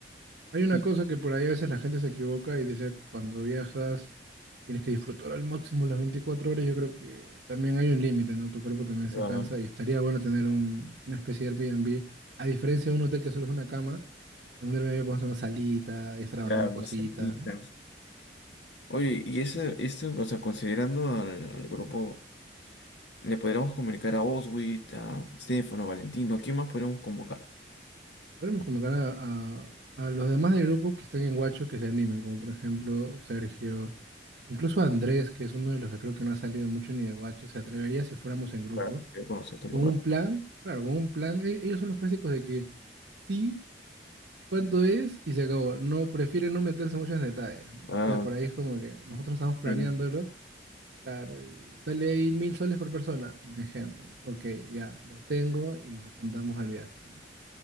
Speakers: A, on the right (about 70°); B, on the left (about 75°).
A: hay una
B: Y
A: cosa que por ahí a veces la gente se equivoca y dice, cuando viajas tienes que disfrutar al máximo las 24 horas. Yo creo que también hay un límite, ¿no? Tu cuerpo también se
B: ah,
A: cansa y estaría bueno tener un- una especie de Airbnb. A diferencia de un hotel que solo es una cama, en un Airbnb pones una salita y estar avanzando
B: ya, una
A: cositas,
B: salita.
A: ¿no?
B: Oye, y ese, esto, o sea, considerando al, al grupo, ¿le podríamos comunicar a Oswit, a Stefano, Valentino? ¿Quién más podríamos convocar?
A: Podemos convocar a, a- a los demás del grupo que están en Guacho que se animen, como por ejemplo Sergio, incluso Andrés, que es uno de los que creo que no ha salido mucho ni de Guacho, se atrevería si fuéramos en grupo.
B: Para que conozca otro
A: Y con
B: lugar.
A: un plan, claro, con un plan, e- ellos son los clásicos de que sí, cuánto es y se acabó. No, prefieren no meterse mucho en detalles, ¿no?
B: Ah,
A: Entonces por ahí es como que nosotros estamos planeándolo,
B: sí.
A: claro, y sale ahí mil soles por persona, un ejemplo, ¿no? Ok, ya, los tengo y nos apuntamos al viaje, ¿no?